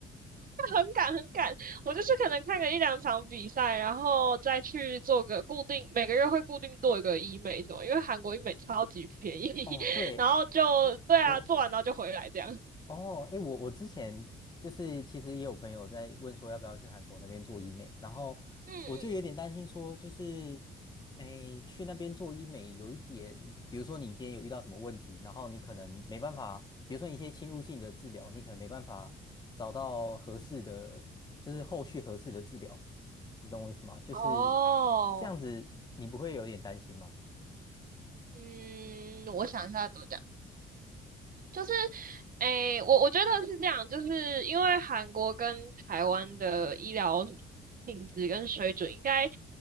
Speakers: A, on the right; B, on the left.
A: 很赶很赶，我就是可能看个一两场比赛，然后再去做个固定，每个月会固定做一个医美什么，因为韩国医美超级便宜，
B: 哦，对。
A: <laughs> 然后就对啊，
B: 我。
A: 做完然后就回来这样。<laughs>
B: 哦，哎，我我之前就是其实也有朋友在问说要不要去韩国那边做医美，然后我就有点担心说，
A: 嗯嗯，
B: 就是哎去那边做医美有一点，比如说你今天有遇到什么问题，然后你可能没办法，比如说一些侵入性的治疗，你可能没办法找到合适的，就是后续合适的治疗，你懂我意思吗？就是
A: 哦，
B: 这样子，你不会有点担心吗？
A: 嗯，我想一下怎么讲。就是，诶，我我觉得是这样，就是因为韩国跟台湾的医疗品质跟水准应该